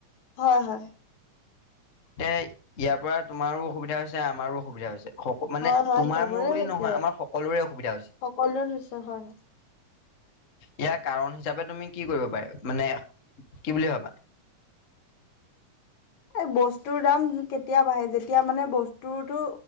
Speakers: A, on the left (about 65°); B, on the left (about 50°).
A: হয় হয়
B: তে ইয়াৰ পৰা তোমাৰো অসুবিধা হৈছে আমাৰো অসুবিধা হৈছে স মানে
A: হয় হয়
B: তোমাৰ
A: চবৰে
B: মোৰ বুলি
A: হৈছে
B: নহয় আমাৰ সকলোৰে অসুবিধা হৈছে
A: সকলোৰে হৈছে হয়
B: ইয়াৰ কাৰণ হিচাপে তুমি কি কৰিব পাৰে মানে কি বুলিুলিয়ে ভাবা
A: এ বস্তুৰ দাম কেতিয়া বাঢ়ে যেতিয়া মানে বস্তুতো